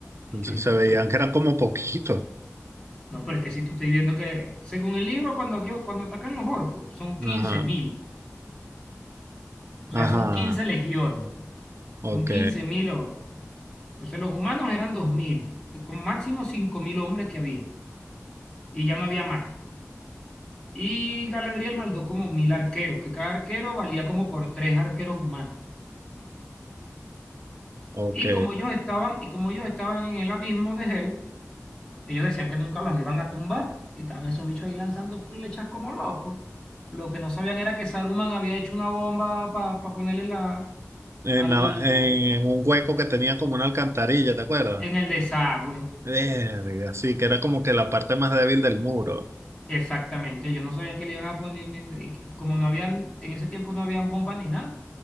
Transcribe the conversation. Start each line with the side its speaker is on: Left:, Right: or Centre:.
Left: Es que,
Right: se
Left: es
Right: se
Left: que por
Right: veían
Left: eso, pues,
Right: que eran como poquitos.
Left: no, pero es que si tú estás viendo que, según el libro, cuando, Dios, cuando atacan los orcos, son quince
Right: Ajá,
Left: mil, o
Right: ajá,
Left: sea, son 15 legiones,
Right: ok,
Left: son quince mil orcos. Entonces los humanos eran dos mil, con máximo cinco mil hombres que había, y ya no había más. Y Galadriel mandó como mil arqueros, que cada arquero valía como por tres arqueros humanos.
Right: ok.
Left: Y como ellos estaban, y como ellos estaban en el abismo de Hel, Ellos decían que nunca los iban a tumbar y estaban esos bichos ahí lanzando flechas como locos. Lo que no sabían era que Saruman había hecho una bomba para ponerle la,
Right: En,
Left: al,
Right: la- en
Left: al-
Right: un hueco que tenía como una alcantarilla, ¿te acuerdas?
Left: en el desagüe.
Right: Verga, sí, que era como que la parte más débil del muro.
Left: Exactamente, ellos no sabían que le iban a poner, y como no habían, en ese tiempo no habían bombas ni nada,